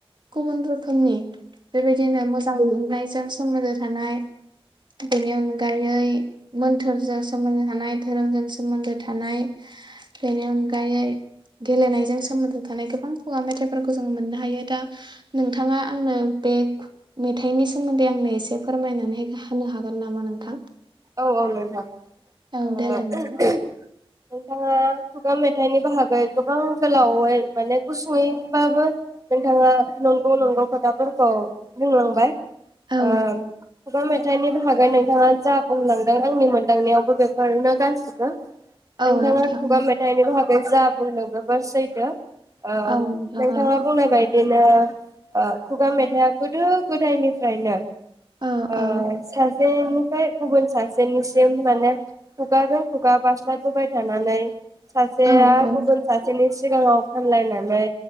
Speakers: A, on the right (about 50°); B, on the right (about 35°).
A: गुबुन रोखोमनि बेबायदिनो मोजां मोननायजों सोमोनदो थानाय बेनि अनगायै मोन्थोरजों सोमोन्दो थानाय धोरोमजों सोमोन्दो थानाय बेनि अनगायै गेलेनायजों सोमोन्दो थानाय गोबां खुगा मेथाइफोरखौ जोङो मोननो हायो दा नोंथाङा आंनो बे मेथाइनि सोमोन्दै आंनो एसे फोरमायनानै होनो हागोन नामा नोंथां?
B: औ औ नोंथां
A: औ
B: अ
A: देलाय नोंथां।
B: नोंथाङा खुगा मेथाइनि बाहागै गोबां गोलावै माने गुसुङैबाबो नोंथाङा नंगौ नंगौ खोथाफोरखौ बुंलांबाय
A: औ
B: ओ खुगा मेथाइनि नो हागोन नोंथाङा जा बुंलांदों आंनि मोनदांनायावबो बेफोरनो गासिबो
A: औ
B: नोंथाङा
A: नोंथां
B: खुगा मेथाइनि बाहागो जा बुंदों जोबोर सैथो ओ
A: औ नोंथां
B: नोंथाङा
A: औ।
B: बुंनाय बायदिनो ओ खुगा मे थाइया गोदो गोदायनिफ्रायनो
A: औ
B: ओ
A: औ
B: सासेनिफ्राय गुबुन सासेनिसिम माने खुगाजों खुगा बारस्लायबोबाय थानानै सासेया
A: औ औ औ।
B: गुबुन सासेनि सिगाङाव खनलायनानै